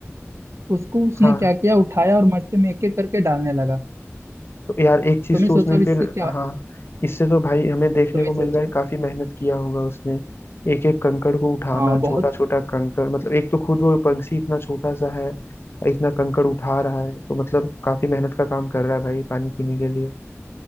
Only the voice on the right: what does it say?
उसको उसने
क्या किया उठाया और मटके में एक एक करके डालने लगा
तुम्हें
सोचा
अब इससे
क्या
तुम्हें
सोचो
हाँ बहुत